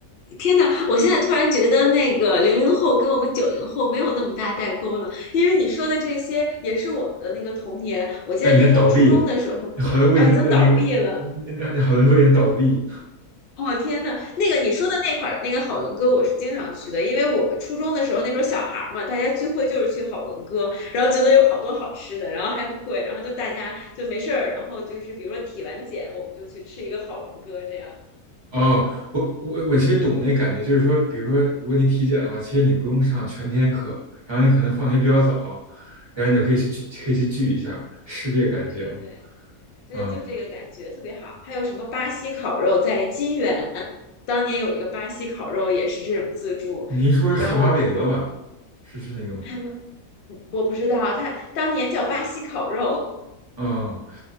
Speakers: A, on the left; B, on the right.
A: 天呐，我现在突然觉得那个零零后跟我们九零后没有那么大代沟了，因为你说的这些也是我们的那个童年。我记得那时候初中的时候，
B: 但已经倒闭了，好像我已经呃那个
A: 啊，已经倒闭了。
B: 呃呃好伦哥已经倒闭。
A: 哦天呐，那个你说的那块儿的那个好伦哥，我是经常去的，因为我们初中的时候，那时候小孩儿嘛，大家聚会就是去好伦哥，然后觉得有好多好吃的，然后还不贵，然后就大家就没事儿，然后就是比如说体完检，我们就去吃一个好伦哥，这样，
B: 哦，我我我其实懂那感觉，就是说，比如说如果你体检的话，其实你不用上全天课，然后你可能放学比较早，然后你就可以去聚可以去聚一下，是这个感觉吗？
A: 对对对，对，
B: 啊
A: 就这个感觉特别好。还有什么巴西烤肉，在金源当年有一个巴西烤肉也是这种自助，
B: 您说是汉巴韦德吧？
A: 然后
B: 是是那个吗？
A: 他们我不知道啊，他当年叫巴西烤肉，
B: 嗯，